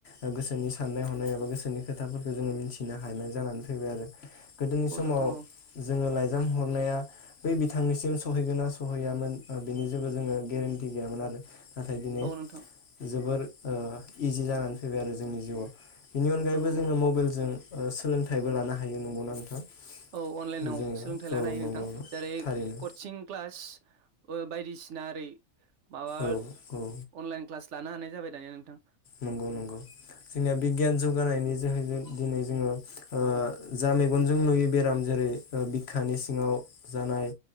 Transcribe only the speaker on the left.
ओ गोसोनि साननाय हनाय एबा गोसोनि खोथाफोरखो जोङो मिथिनो हानाय जानानै फैबाय आरो गोदोनि
समाव
जोङो लाइजाम हरनाया बै बिथांनिसिम सहैगोन ना सहैयामोन बिनि जेबो जोङो गेरेन्टि गैयामोन आरो नाथाय दिनै
जोबोर ओ इजि जानानै फैबाय आरो जोंनि जिउआव बेनि अनगायैबो
जोङो मबेललजों ओ सोलोंथाइबो लानो हायो नंगौना नोंथां
जोङो
औ
नंगौ
थारैनो
औ औ
नंगौ नंगौ जोंनिया बिगियान जौगानायनि जोहै जों दिनै जोङो ओ जा मेगनजों नुयो बेरामजों ै बिखानि सिङाव जानाय